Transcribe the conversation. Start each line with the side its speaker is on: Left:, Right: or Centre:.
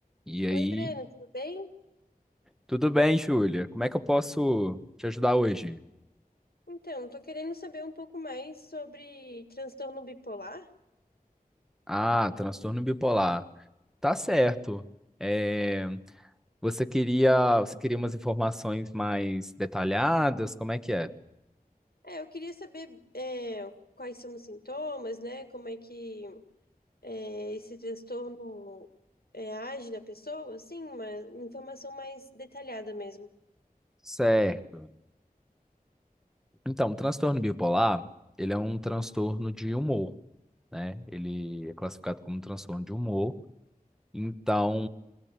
Centre: E aí,
Left: Oi, Breno, tudo bem?
Centre: tudo bem, Júlia? Como é que eu posso te ajudar hoje?
Left: Então, tô querendo saber um pouco mais sobre transtorno bipolar.
Centre: Ah, transtorno bipolar. Tá certo. É, você queria, você queria umas informações mais detalhadas? Como é que é?
Left: É, eu queria saber é, quais são os sintomas, né? Como é que é, esse transtorno é, age na pessoa, assim, uma informação mais detalhada mesmo.
Centre: Certo. Então, o transtorno bipolar, ele é um transtorno de humor, né? Ele é classificado como um transtorno de humor. Então,